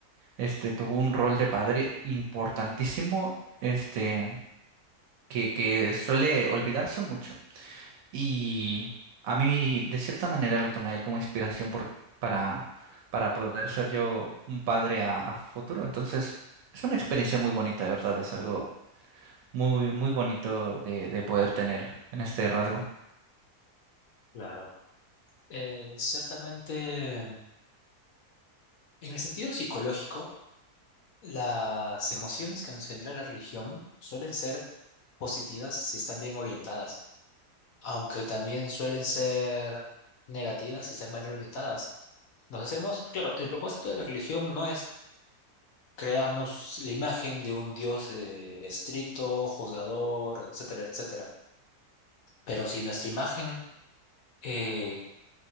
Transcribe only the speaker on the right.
este tuvo un rol de padre importantísimo, este, que, que suele olvidarse mucho. Y a mí, de cierta manera, lo tomé a él como inspiración por- para, para poder ser yo un padre a, a futuro. Entonces, es una experiencia muy bonita, de verdad, es algo Muy, muy bonito de, de poder tener en este rasgo.